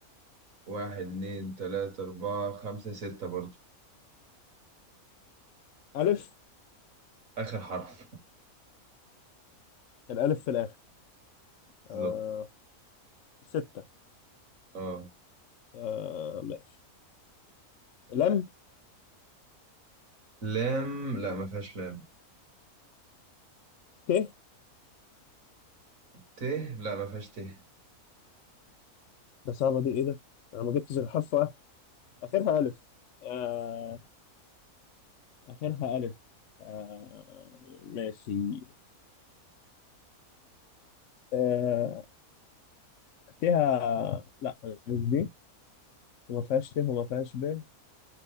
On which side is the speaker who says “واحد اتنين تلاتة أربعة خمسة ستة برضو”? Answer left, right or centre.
Right